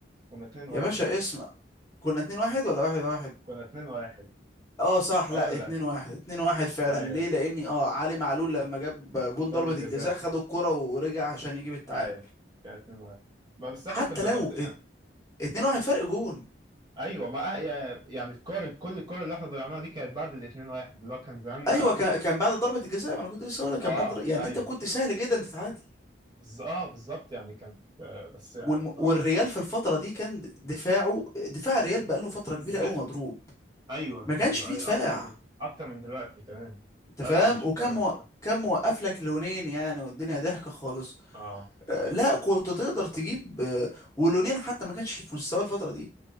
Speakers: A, on the right; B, on the left.
A: كنا 2 1
B: يا باشا اسمع كنا اتنين واحد ولا واحد واحد
A: كنا 2 1
B: اه صح
A: اقول
B: لا اتنين
A: لك
B: واحد اتنين واحد فعلا
A: ايوه
B: ليه لاني اه علي معلول لما جاب جون
A: ضربة
B: ضربة الجزاء
A: جزاء
B: خد الكرة ورجع عشان يجيب التعادل
A: ايوه كان 2-1 ما بس احنا
B: حتى
A: كنا
B: لو
A: ضاغطين يعني
B: 2 1 فرق جون
A: ايوه ما أه- يا- يعني الكور كل الكور اللي احنا ضيعناها دي كانت بعد ال 2-1 اللي هو كان زماننا
B: ايوه كا- كان بعد ضربه الجزاء ما انا كنت لسه هقول لك كان
A: اه
B: بعد ضر- يعني
A: ايوه
B: انت كنت سهل جدا تتعادل
A: بز... اه بالظبط يعني كان آه، بس يعني
B: والم...
A: هو
B: والريال
A: نصيب
B: في
A: بقى.
B: الفتره دي كان دفاعه دفاع الريال بقاله فتره كبيره
A: زفت
B: قوي مضروب
A: ايوه
B: ما كانش
A: ايوه
B: فيه
A: ايوه
B: دفاع
A: اكتر اكتر من دلوقتي كمان
B: انت فاهم
A: آه لا مش
B: وكان
A: الدرجه
B: مو...
A: بصراحه
B: كان موقف لك لونين يعني والدنيا ضحكه خالص
A: اه
B: أه
A: اه
B: لا كنت تقدر تجيب آه، ولونين حتى ما كانش في مستوى الفتره دي